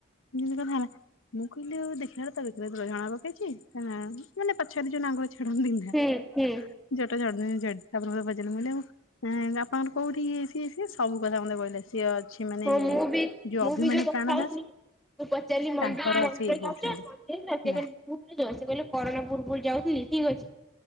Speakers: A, on the left; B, in the centre.
A: ଜିନ୍ଦି କଥା ହେଲା ମୁଁ କହିଲି ଦେଖିଲ ତା ବେକରେ ଗହଣା ପକେଇଛି ତା ନାଁ ମାନେ ପଛରେ ଯୋଉ ନଙ୍ଗୁର ଛଡାନ୍ତି ନା
B: ହୁଁ ହୁଁ
A: ଯ ତା ପରେ ମତେ ପଚାରିଲେ ମୁଁ କହିଲି ଆପଣଙ୍କର କୋଉଠି କି ସ୍ ସିଏ ସବୁ କଥା ମତେ କହିଲେ। ସିଏ ଅଛି ମାନେ
B: ହଁ ମୁଁ ବି
A: ଯୋଉ
B: ମୁଁ
A: ଅଭିମନ୍ୟୁ
B: ବି ତ ହଉଥିଲି
A: ପ୍ରାଣ ଦାସ
B: ମୁଁ ପଚାରିଲିି ମନ୍ଦି
A: ତାଙ୍କର
B: ମନ୍ଦିର
A: ସିଏ ଇଏ କରୁଛନ୍ତି
B: ଯାଉଛ ମନ୍ଦିର ନା ସେ
A: ହେଲା।
B: କହିଲେ ଘୁମନେ ଯାଉ। ସେ କହିଲେ କରୋନା ପୂର୍ବରୁ ଯାଉଥିଲି ଠିକ ଅଛି।